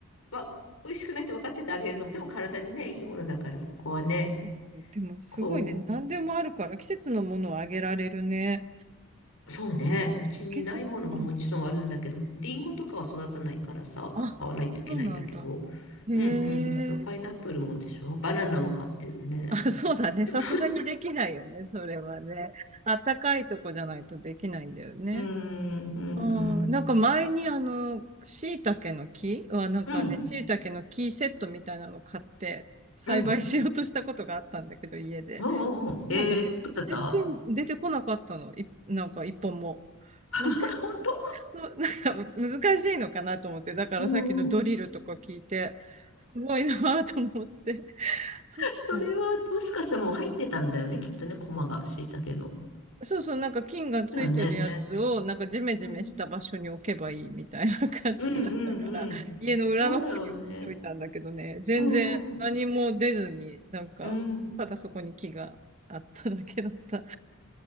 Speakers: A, on the left (about 85°); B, on the right (about 35°).
A: わ、美味しくないって分かっててあげるのも、でも体にね、いいものだから、そこはね、
B: そうでもすごいね、
A: こ
B: 何でもあるから季節のものをあげられるね。
A: う、そうね、うちにないものももちろんあるんだけど、
B: タケノコか。
A: リンゴとかは育たないからさ、
B: あ、
A: 買わないといけないんだけど、
B: そうなんだ。へえ。
A: うんうん。と、パイナップルもでしょバナナも買ってるね。
B: <laughs> あ、そうだね。
A: でも
B: さすがにできないよね。それはね。あったかいとこじゃないとできないんだよね。
A: うーん、うん、
B: うん。
A: うん。
B: なんか前にあの、椎茸の木はなんかね、
A: うん、
B: 椎茸の木セットみたいなの買って栽培しようとしたことがあったんだけど、
A: うん。
B: 家で。
A: おうおうおう。えー、
B: なんかね、
A: どうだった
B: 全然出てこなかったの。い、なんか一本も。なんか、
A: <laughs>
B: <laughs>
A: 本当
B: のなんか難しいのかなと思って。だからさっきのドリルとか聞いて、
A: うん
B: すごいなぁと思って。そっか。
A: それは、もしかしたらもう入ってたんだよね、きっとね、コマが、しいたけの。
B: そうそう、なんか菌がついてるやつを、
A: だよね。
B: なんかジメジメした場所に置けばいいみたいな感じだったから、
A: うん。うんうんうん。
B: <laughs> 家の裏の方に置いといたんだけどね、
A: なんだろうね。
B: 全然何も出ずに、
A: うんうん。
B: なんか、
A: うん。
B: ただそこに木があっただけだった。